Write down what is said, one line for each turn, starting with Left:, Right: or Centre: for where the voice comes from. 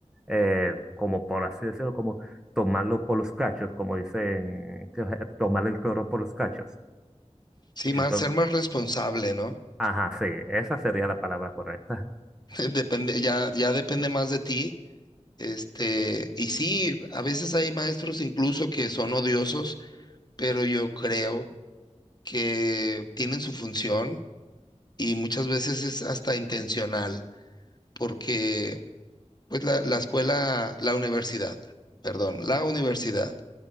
Centre: eh, como por así decirlo, como tomarlo por los cachos, como dicen, <laughs> tomar el toro por los cachos.
Left: sí,
Centre: Entonces,
Left: más, ser más responsable, ¿no?
Centre: ajá, sí, esa sería la palabra correcta.
Left: <laughs> Depende, ya, ya depende más de ti Este, y sí, a veces hay maestros incluso que son odiosos, pero yo creo que tienen su función y muchas veces es hasta intencional, porque pues la, la escuela, la universidad, perdón, la universidad